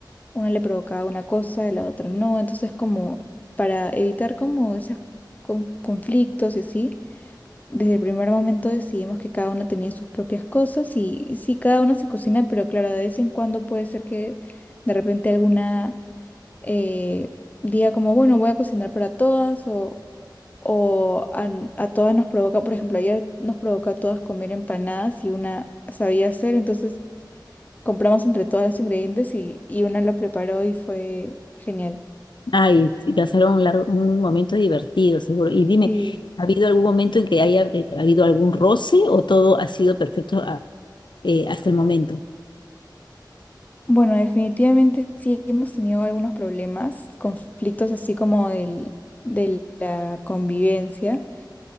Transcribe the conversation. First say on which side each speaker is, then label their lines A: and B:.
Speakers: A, on the left; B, on the left.
A: una le provocaba una cosa y la otra no. Entonces como para evitar como esos con- conflictos y así. Desde el primer momento decidimos que cada una tenía sus propias cosas y sí, cada una se cocina, pero claro, de vez en cuando puede ser que de repente alguna eh, diga como, bueno, voy a cocinar para todas o, o a, a todas nos provoca, por ejemplo, ayer nos provocó a todas comer empanadas y una sabía hacer, entonces compramos entre todas los ingredientes y, y una lo preparó y fue genial.
B: Ay, sí, pasaron un largo, un momento divertido, seguro. Y dime,
A: Sí.
B: ¿ha habido algún momento en que haya te- habido algún roce o todo ha sido perfecto a- eh, hasta el momento?
A: Bueno, definitivamente sí hemos tenido algunos problemas, conflictos así como del, de la convivencia,